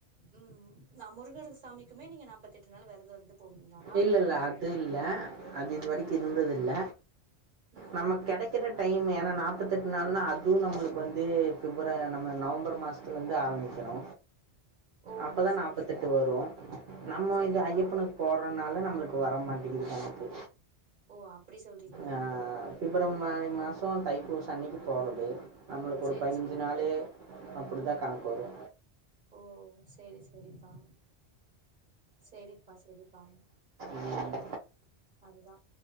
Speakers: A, on the right (about 45°); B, on the right (about 65°).
A: ம் நா முருகரு சாமிக்குமே நீங்க நாப்பத் தெட்டு நாள் விரதோ இருந்து போவீங்களா
B: இல்ல இல்ல அது இல்ல அது இது வரைக்கு இருந்தது இல்ல
A: ம்
B: நமக்கு கெடைக் கிற டைம் ஏன்னா நாப்பத்தெட்டு நாள்னா அதுவு நம்மளுக்கு வந்து பிப்ர நம்ம நவம்பர் மாசோ த்து வந்து ஆரம்பிக்கணு
A: ஓ
B: அப்பதா
A: செரி
B: நாப்பத்தெட்டு
A: செரிப்பா
B: வரு நம்ம
A: செரிப்பா
B: இந்த ஐயப்பனுக் போறனால நம்மளுக்கு வர மாட்டேங்கிது கணக்கு
A: ஓ அப்டி சொல்றீங்
B: ஆ ஆ பிப்ரவரி மாசோ தைப்பூச அன்னக்கி போறது நம்மளுக்கு
A: சேரி
B: ஒரு பதினஞ்சி
A: சேரி
B: நாளு அப்டிதா கணக்கு வரு
A: ஓ சேரி சேரிப்பா செரிப்பா செரிப்பா
B: ம்,
A: அதுதா